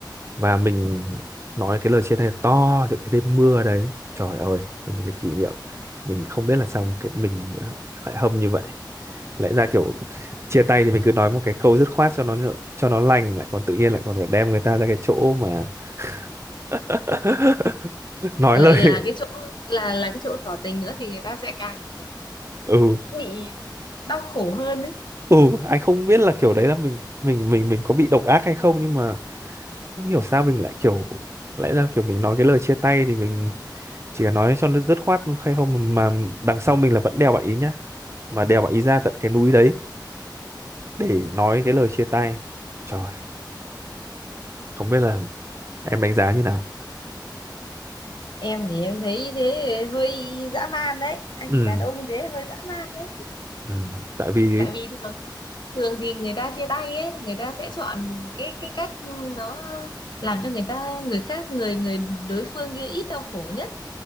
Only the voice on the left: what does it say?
Mà
lại là cái chỗ là là cái chỗ tỏ tình nữa thì người ta sẽ càng kiểu
bị đau khổ hơn đấy
em thì em thấy thế hơi dã man đấy anh
đàn ông thế hơi dã man đấy
tại vì thường ấy, thường thì người ta chia tay ấy người ta sẽ chọn cái cái cách nó làm cho người ta người khác người người đối phương kia ít đau khổ nhất